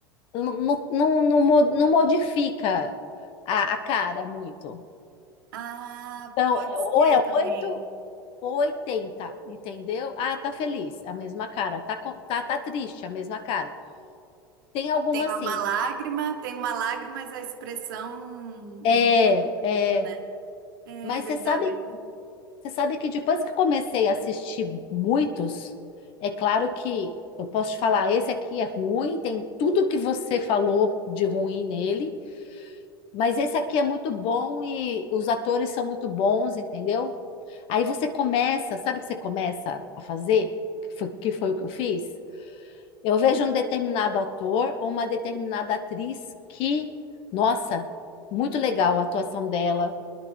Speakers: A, on the left; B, on the right.
A: não, não, não, não mo- não modifica a, a cara muito.
B: Ah,
A: Então,
B: pode
A: é- ou
B: ser
A: é
B: também.
A: 8 ou 80, entendeu? Ah, tá feliz, a mesma cara. Tá, com- tá, tá triste, a mesma cara. Tem alguma
B: Tem
A: assim,
B: lá uma lágrima, tem uma lágrima, mas a expressão não
A: é,
B: muda tanto,
A: é,
B: né? É
A: mas
B: verdade.
A: você sabe Você sabe que depois que comecei a assistir muitos, é claro que eu posso te falar, esse aqui é ruim, tem tudo que você falou de ruim nele, mas esse aqui é muito bom e os atores são muito bons, entendeu? Aí você começa, sabe o que você começa a fazer? Que foi, que foi o que eu fiz? Eu vejo um determinado ator ou uma determinada atriz que, nossa, muito legal a atuação dela,